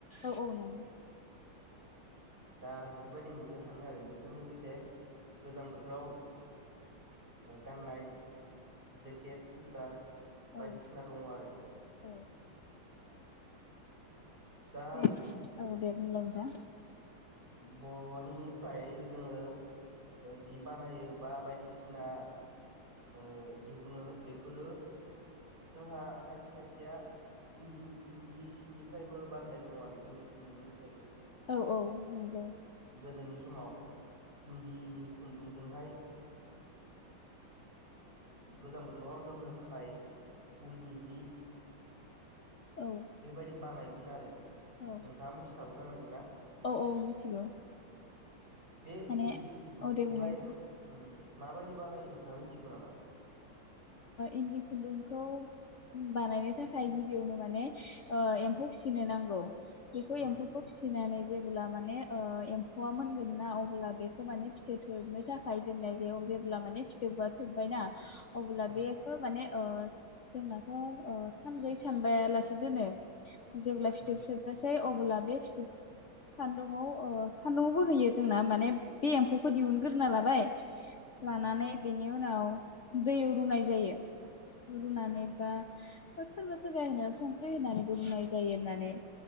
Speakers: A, on the left (about 60°); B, on the right (about 25°).
A: औ औ नंगौ।
B: दा बेफोरबायदि मोननो थाङो आरो बेजों लोगोसे गोजां बोथोराव गाननाय जेकेट सुइटार
A: औ
B: बायदिसिना दङ आरो।
A: औ
B: दा
A: बे औ। दे बुंल नोंथां।
B: बर'निफ्राय जोङो जि बानायो बा बायदिसिना ओ दिहुनो बेफोरो जोंहा खायसे खायसेया इन्दि इन्दि सिनिफ्रायबो बानायनाय दङ आरो इन्दि खुन्दुंनिफ्रायबो
A: औ औ नंगौ।
B: गोदोनि समाव इन्दिनि खुन्दुंजोंहाय गोजां बोथोराव जोमनो थाखाय उलनि जि
A: औ
B: बेफोरबायदि। बानायोमोन आरो।
A: औ
B: नोंथाङा मिथिखागौ जानांगौ ना?
A: औ औ मिथिगौ
B: बे
A: माने
B: इन्दि खुन्दुंखौहाय
A: औ दे बुंलाय नोंथां
B: उम। माबायदि बानायो नोंथाङा मिथिगौ नामा?
A: इन्दि खुन्दुंखौ बानायनो थाखाय गिबियावनो माने एम्फौ फिसिनो नांगौ। बेखौ
B: उम
A: एम्फौखौ फिसिनानै जेब्ला माने एम्फौआ मोनगोन ना अब्ला बेखौ माने फिथोब थोबनो थाखाय दोननाय जायो जेब्ला माने फिथोबा थोबबायना अब्ला
B: उम
A: बेखौ माने जोंनाथ' सानब्रै सानबायायालासे दोनो। जेब्ला फिथोब
B: उम
A: थोबनोसै अब्ला बे फिथोब सान्दुं <unintelligible> ओ सान्दुङावबो होयो जोंना माने बे एम्फौखौ दिहुनग्रोना लाबाय
B: उम
A: लानानै बेनि उनाव दैयाव रुनाय जायो। रुनानै बा सोरबा सोरबा होनो संख्रि होनानैबो रुनाय जायो होननानै।